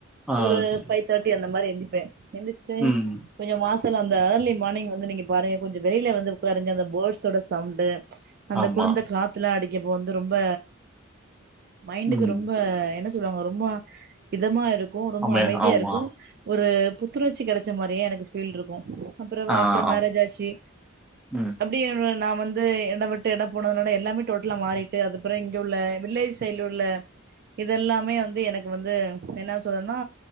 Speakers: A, in the centre; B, on the right.
A: ஆ
B: ஒரு
A: சேரி
B: ஃபைவ் தர்ட்டி அந்த மாரி எந் ப்பே எந்துருச்சுட்டு
A: ம்
B: கொஞ்சோ மாஸ்க் அந்த ஏர்லி மார்னிங் வந்து நீங்க பாருங்க கொஞ்சோ வெளில வந்து உக்காருங்க அந்த பேர்ட்ஸோட சவுண்டு அந்த
A: ஆமா
B: குளுந்த காத்துலா அடிக் இப்போ வந்து ரொம்ப மைண்டுக்கு
A: ம்
B: ரொம்ப என்ன சொ சொல்லுவாங்க ரொம்ப இதமா இருக் கு ரொம்ப
A: ஆமா
B: அமைதியா
A: ஆமா
B: இருக்கு ஒரு புத்துணர்சி கெடைச்ச மாரியே எனக்கு ஃபீல் ருக்கு அப்புற
A: ஆ
B: ஆஃப்டர்
A: ஆம்
B: மேரேஜ் ஆச்சு
A: ம்
B: அப்படியே நா வந்து எட விட்டு எட போனதுனால எல்லாமே டோட்டலா மாறிட்டு அதுப்புற இங்க உள்ள வில்லேஜ் சைடுல உள்ள இதெல்லாமே வந்து எனக்கு வந்து என்னா சொல்றதுன்னா